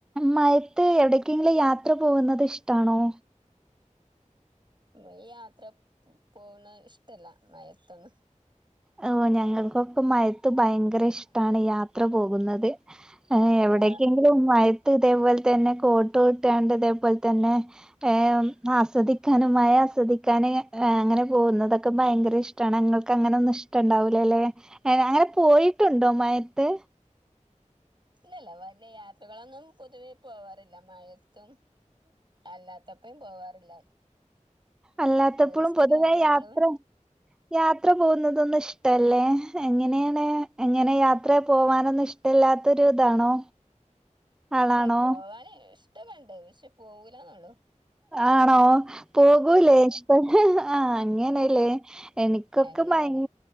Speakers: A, in the centre; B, on the right (about 35°).
A: മയത്ത് എവിടക്കെങ്കിലും യാത്ര പോകുന്നത് ഇഷ്ടാണോ?
B: ഈ യാത്ര പോണ ഇഷ്ടല്ല മയത്തൊന്നും.
A: ഓ ഞങ്ങൾക്കൊക്കെ മയത്ത് ഭയങ്കര ഇഷ്ടാണ് യാത്ര പോകുന്നത്. എവടക്കെങ്കിലും
B: ആ
A: ഉം മയത്ത് ഇതേപോലെ തന്നെ, കോട്ടൂ ട്ട്കാണ്ട് ഇതേപോലെ തന്നെ, ഏഹ് ആസ്വദിക്കാന് മയ ആസ്വദിക്കാന് അങ്ങന പോകുന്നതൊക്കെ ഭയങ്കര ഇഷ്ട്ടാണ് ഞങ്ങൾ ഇങ്ങക്കങ്ങനൊന്നും ഇഷ്ടണ്ടാവൂലലെ. അങ്ങനെ പോയിട്ടുണ്ടോ മയത്ത്?
B: ഇല്ലല്ല വലിയ യാത്രകളൊന്നും പൊതുവേ പോവാറില്ല മഴത്തും അല്ലാത്തപ്പയും പോവാറില്ല.
A: അല്ലാത്തപ്പോളും
B: ടൂറിസ്റ്റ്
A: പൊതുവെ
B: കേന്ദ്രങ്ങളും
A: യാത്ര യാത്ര പോവുന്നതൊന്നും ഇഷ്ടല്ലേ എങ്ങനെണ്? എങ്ങനെ യാത്ര പോവാനൊന്നും ഇഷ് ഷ്ടല്ലാത്തൊരു ഇതാണോ ആളാണോ?
B: അല്ല പോവാന് ഇഷ്ട്ടക്കേണ്ട് പക്ഷെ പോവൂല്ലന്ന്ള്ളു.
A: ആണോ പോകൂലേ ഇഷ്ട ആഹ് അങ്ങനെല്ലേ എനിക്കൊക്കെ
B: അങ്ങനെയാണ്
A: ഭയ